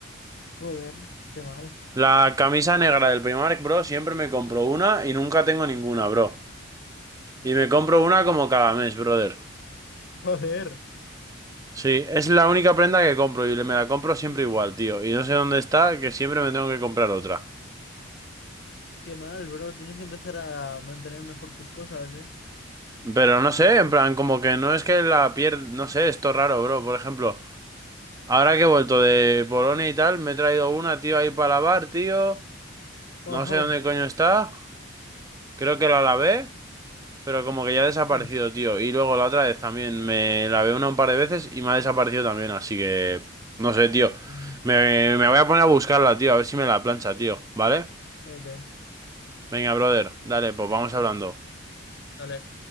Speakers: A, on the left (about 55°); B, on the right (about 15°).
A: Joder, qué mal.
B: La camisa negra del Primark, bro, siempre me compro una y nunca tengo ninguna, bro. Y me compro una como cada mes, brother.
A: Joder.
B: Sí, es la única prenda que compro y me la compro siempre igual, tío. Y no sé dónde está, que siempre me tengo que comprar otra.
A: Qué mal, bro. Tienes que empezar a mantener mejor tus cosas, ¿eh?
B: Pero no sé, en plan, como que no es que la pierda, no sé, esto es raro, bro. Por ejemplo, ahora que he vuelto de Polonia y tal, me he traído una, tío, ahí para lavar, tío. No
A: Ojo.
B: sé dónde coño está. Creo que la lavé, pero como que ya ha desaparecido,
A: Mm.
B: tío. Y luego la otra vez también me lavé una un par de veces y me ha desaparecido también, así que... No sé, tío.
A: Ujú,
B: Me, me voy a poner a buscarla, tío, a ver si me la plancha, tío, ¿vale?
A: Ok.
B: Venga, brother, dale, pues vamos hablando.
A: Venga. Dale.